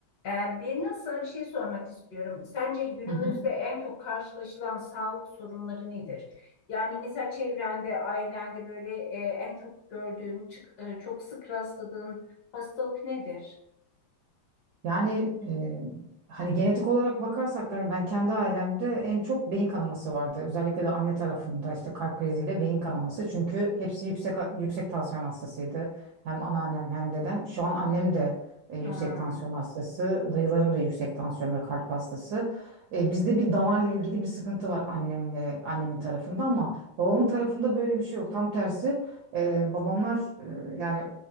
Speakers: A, on the left (about 60°); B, on the right (about 70°).
A: Ee, Birine sana bir şey sormak istiyorum. Sence günümüzde
B: Hı hı.
A: en çok karşılaşılan sağlık sorunları nedir? Yani mesela çevrende, ailende böyle e, en çok gördüğün, çık- e, çok sık rastladığın hastalık nedir?
B: Yani e, hani genetik olarak bakarsak hani ben kendi ailemde en çok beyin kanaması vardı. Özellikle de anne tarafında işte kalp kriziyle beyin kanaması. Çünkü hepsi yüksek yüksek tansiyon hastasıydı. Hem anneannem hem dedem. Şu an annem de e,
A: Ha,
B: yüksek tansiyon hastası. Dayılarım da yüksek tansiyon ve kalp hastası. E, bizde bir damarla ilgili bir sıkıntı var annemle annemin tarafında ama babamın tarafında böyle bir şey yok. Tam tersi e, babamlar e, yani